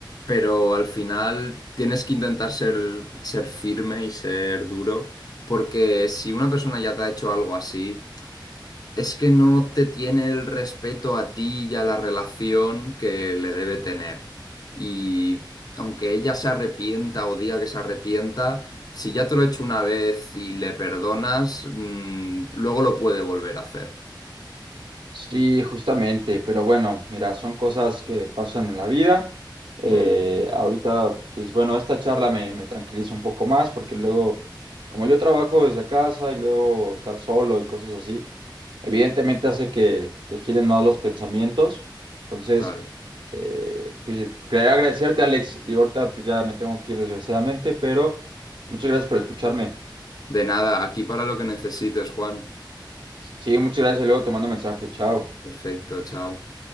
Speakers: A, on the left; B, on the right.
A: Pero al final tienes que intentar ser, ser firme y ser duro, porque si una persona ya te ha hecho algo así, es que no te tiene el respeto a ti y a la relación que le debe tener. Y aunque ella se arrepienta o diga que se arrepienta, si ya te lo ha hecho una vez y le perdonas, mm, luego lo puede volver a hacer.
B: Sí, justamente, pero bueno, mira, son cosas que pasan en la vida. Eh,
A: Mm,
B: ahorita, pues bueno, esta charla me, me tranquiliza un poco más porque luego, como yo trabajo desde casa y luego estar solo y cosas así, evidentemente hace que te giren más los pensamientos. Entonces,
A: claro.
B: eh, pues quería agradecerte, Alex. Digo, ahorita pues ya me tengo que ir desgraciadamente, pero muchas gracias por escucharme.
A: De nada, aquí para lo que necesites, Juan.
B: Sí, muchas gracias y luego te mando mensaje. Chao.
A: Perfecto, chao.